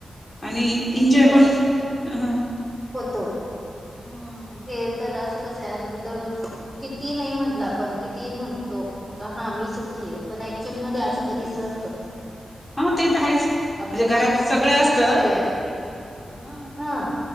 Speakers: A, on the left; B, in the centre.
A: आणि
B: तेच
A: एंजॉय
B: तर
A: पण ह.
B: होतो.
A: हा.
B: हे तर असं कसं आहे. आज दररोज किती नाही म्हटलं आपण किती म्हणतो. का हा मी सुखी आहे. पण ऍक्च्युअल मध्ये असं कधीच नसतं.
A: हा ते तर आहेच.
B: आपल्या
A: म्हणजे
B: मागे
A: घरात सगळं
B: खूप
A: असत.
B: काही अस
A: ह
B: हा